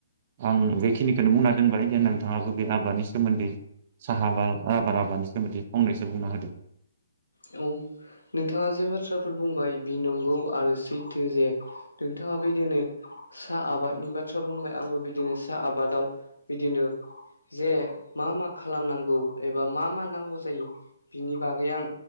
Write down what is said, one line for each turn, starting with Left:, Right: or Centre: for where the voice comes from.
Right: आं बेखिनिखौनो बुंना दोनबाय जे नोंथाङाबो बे आबादनि सोमोन्दै साहा बा आबाद आबादनि सोमोन्दै फंनैसो बुंना होदो।
Left: औ। नोंथाङा जे बाथ्राफोर बुंबाय बि नंगौ आरो सैथो जे नोंथाङा बेदिनो साहा आबादनि बाथ्रा बुंबाय। आंबो बिदिनो साहा आबादाव बिदिनो जे मा मा खालामनांगौ एबा मा मा नांगौ जायो। बिनि बागै आं